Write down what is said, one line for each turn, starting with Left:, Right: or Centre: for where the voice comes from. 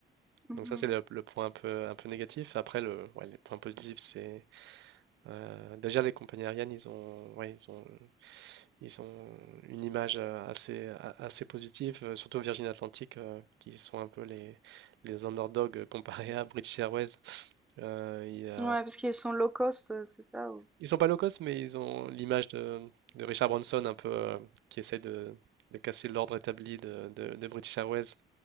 Centre: mhm.
Right: Donc ça, c'est le, le point un peu, un peu négatif. Après, le, ouais, les points positifs, c'est euh, déjà les compagnies aériennes, ils ont, ouais, ils ont, ils ont une image euh, assez, a- assez positive, euh, surtout Virgin Atlantic, euh, qui sont un peu les, les underdogs euh, comparés à British Airways. Euh, il y a-
Centre: Ouais, parce qu'ils sont low cost, euh, c'est ça.
Right: Ils sont pas low cost, mais ils ont l'image de, de Richard Branson un peu euh, qui essaie de, de casser l'ordre établi de, de- de British Airways.